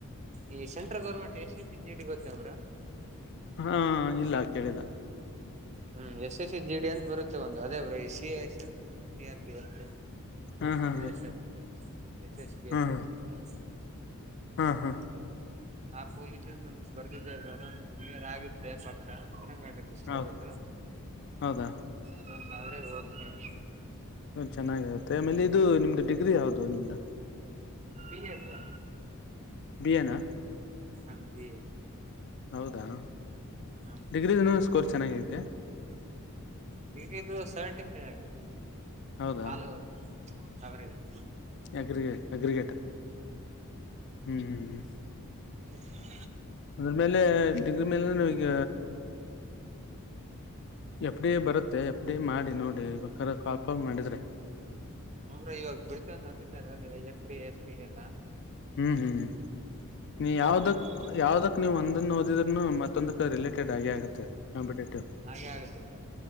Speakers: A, on the right; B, on the left.
A: ಈ central government S C C G D ಗೊತ್ತೇನ್ ಬ್ರೋ.
B: ಹಾಂ ಇಲ್ಲ ಕೇಳಿಲ್ಲ.
A: ಹ್ಮ್ S S C G D ಅಂತ ಬರುತ್ತೆ ಒಂದು ಅದೇ ಬ್ರೊ ಈ C A S F C R P F.
B: ಹಾ ಹಾ
A: B S F S S B
B: ಹಾ
A: ಅಂತೆಲ್ಲಾ
B: ಹಾ
A: ಬರ್ತಾವಲ್ಲ.
B: ಹಾ ಹಾ
A: ಆ ಪೋಲೀಸದ ಒಂದ್ ಬರದಿದ್ದೆ ಬ್ರೋ ಅದೊಂದು ಕ್ಲಿಯರ್ ಆಗತ್ತೆ ಪಕ್ಕಾ ಚೆನ್ನಾಗ್ ಆಗುತ್ತೆ ಸ್ಕೋರ್
B: ಹೌದು
A: ಅದು.
B: ಹೌದಾ
A: ಅದೊಂದಾದ್ರೆ ಹೋಗ್ತೇನೆ.
B: ಚೆನ್ನಾಗಿರುತ್ತೆ ಆಮೇಲೆ ಇದು ನಿಮ್ದು ಡಿಗ್ರಿ ಯಾವ್ದು ನಿಮ್ದು.
A: BA bro.
B: ಬಿ ಎ ನಾ.
A: ಹಾ ಬಿ ಎ.
B: ಹೌದಾ
A: ಹಾ ಬ್ರೋ.
B: ಡಿಗ್ರಿದುನು ಸ್ಕೋರ್ ಚೆನ್ನಾಗೈತೆ.
A: ಬಿ ಬಿ ದು ಸೆವೆಂಟಿಫೈ ಆಗಿದೆ
B: ಹೌದಾ
A: ಆಲ್ ಓವರ್ ಆವರೇಜ್.
B: ಅಗ್ರಿಗ ಅಗ್ರಿಗೇಟ ಹ್ಮ್.
A: <inaudible>
B: ಅದ್ರ ಮೇಲೆ ಡಿಗ್ರಿ ಮೇಲೆ ನಾವೀಗ. ಎಫ್ ಡಿ ಎ ಬರುತ್ತೆ ಎಫ್ ಡಿ ಎ ಮಾಡಿ ನೋಡಿ ಕಾಲ್ಫ್ರಮ್ ಮಾಡಿದ್ರೆ.
A: ಹುಂ ಬ್ರೋ ಇವಾಗ ಬಿಡ್ತಂತ ಅಂದಿದಾರೆ ಅದ F D A S D A ಎಲ್ಲಾ.
B: ಹ್ಮ್ ಹ್ಮ್ ನೀ ಯಾವ್ದಕ್
A: ಬಿಡ್ತೀವಿ ಅಂತಿದ್ದಾರೆ
B: ಯಾವ್ದಕ್ ನೀವ್ ಒಂದನ್ ಓದಿದ್ರುನು ಮತ್ತೊಂದಕ್ಕ ರಿಲೇಟೆಡ್ ಆಗೇಆಗತ್ತ ತೆ ಕಾಂಪಿಟೇಟಿವ್
A: ಹಾಗೆ ಆಗುತ್ತೆ ಬ್ರೋ